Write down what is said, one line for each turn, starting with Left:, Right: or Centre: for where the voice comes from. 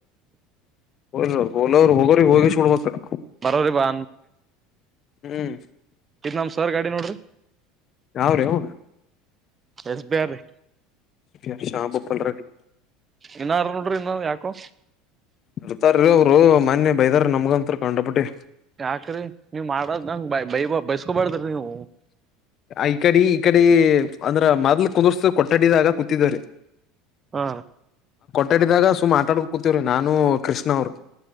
Left: ಹ ಲೋರ್ ಹೋಗೋರಿಗೆ ಹೋಗಿ ಸುಡ್ಬೇಕ
Right: ಬರೋರಿ ಬಾ
Left: ಹ್ಮ್
Right: ಇ ನಮ ಸರ್ ಗಾಡಿ ನೋಡ್ರಿ
Left: ಅವ್ರೇ ಹ
Right: ಎಸ್ ಬಿರ್ರಿ
Left: ಎ ಶಾಮ ಭೂಪಲ್ ರೆಡ್ಡಿ
Right: ಇನ್ನಾರ ನೋಡ್ರಿ ಇನ್ನ ಯಾಕು
Left: ಇರ್ತಾರ ಅವರು ಮನ್ಯ ಬೈದಾರ ನಮ್ಗಂತರ ಕಂಡಪುಟ್ಟಿ
Right: ಯಾಕ್ರಿ ನೀವ್ ಮಾಡದ್ ನಂಗ ಬ ಬೈ ಬೈಸ್ಕೊಬಾರ್ದ್ರಿ ನೀವು
Left: ಈ ಕಡೆ ಈ ಕಡೆ ಅಂದ್ರ ಮೊದ್ಲು ಕುಂದರ್ಸತ ಕೊಟ್ಟಡಿದಾಗ ಕೂತಿದಿದ್ದಾರೆ
Right: ಹಾ
Left: ಆಟ ಆಡಿದಾಗ ಸುಮ್ಮ್ ಆಟ ಆಡ್ಕ ಕೂತಿವ್ರಿ ನಾನು ಕೃಷ್ಣ ಅವ್ರರು